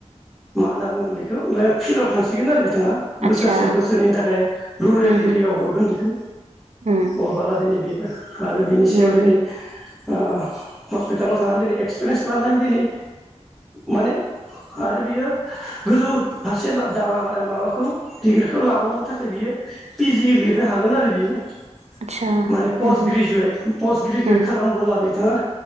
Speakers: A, in the centre; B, on the right (about 65°).
A: मा होनना बुंगोन बेखौ फिल्डआव थांसिगोन आरो बि बिथाङा बोसोरसे
B: आतसा
A: से बोसोरनैनि थाखाय रुरेल
B: होम होम
A: एरियायाव हरगोन बेखौ
B: उम
A: हरबोला दिनै बेयो आरो बिनि
B: उम
A: सायाव दिनै ओ हस्पिटालाव थांना दिनै एक्सपिरियेन्स लानानै दिनै माने आरो बियो गोजौ फारसे दा माबाखौ डिग्रिखौ लाबावनो थाखाय बियो पि जि लिरनो हागोन आरो बियो
B: आतसा
A: माने पस्ट
B: होम होम
A: ग्रेजुयेट पस्ट ग्रेजुयेट
B: होम
A: खालामबोला बिथाङा